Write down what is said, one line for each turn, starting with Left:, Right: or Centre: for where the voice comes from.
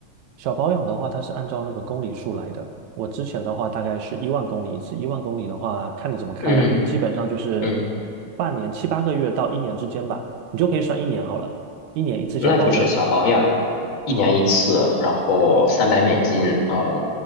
Right: 小保养的话，它是按照那个公里数来的。我之前的话大概是一万公里一次，一万公里的话看你怎么开了，
Left: 嗯
Right: 基本上就是
Left: 嗯，
Right: 半年七八个月到一年之间吧，你就可以算一年好了，一年一次小保养吧。
Left: 那就是小保养，一年一次，然后三百美金，哦，